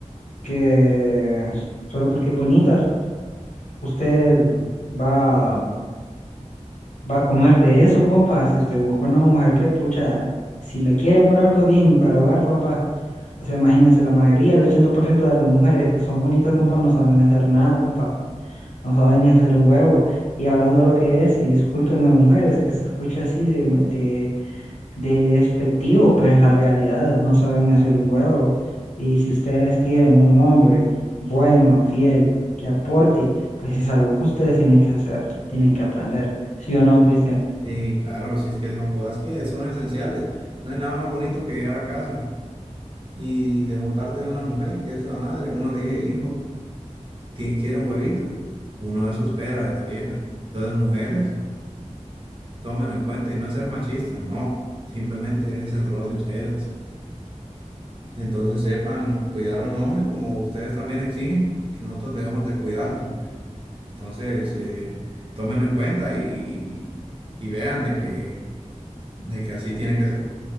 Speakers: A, on the left (about 75°); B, on the right (about 45°).
A: que solo porque es bonita, usted va va a comer de eso, compa. Si usted busca una mujer que, pucha, si la quiere para algo bien, para hogar, compa. O sea, imagínense, la mayoría, el 80% de las mujeres que son bonitas, compa, no saben hacer nada, compa. No saben ni hacer un huevo. Y hablando lo que es, y discúlpenme, mujeres, que se escucha así de, de, de despectivo, pero es la realidad, no saben ni hacer un huevo. Y si ustedes quieren un hombre bueno, fiel, que aporte, pues es algo que ustedes tienen que hacer, tienen que aprender. ¿Sí o no, Cristian?
B: Sí, claro, sí es que son cosas que son esenciales. No hay nada más bonito que llegar a casa y de por parte de una mujer que es la madre, uno le dice, hijo, ti- quiere un huevito. Uno eso espera de la vieja. Entonces, mujeres, tomen en cuenta y no es ser machista, no, simplemente es el rol de ustedes. Entonces, sepan cuidar a un hombre como ustedes también exigen que nosotros debemos de cuidarles. mujer. Entonces, eh, tómenlo en cuenta y, y vean de que, de que así tiene que ser.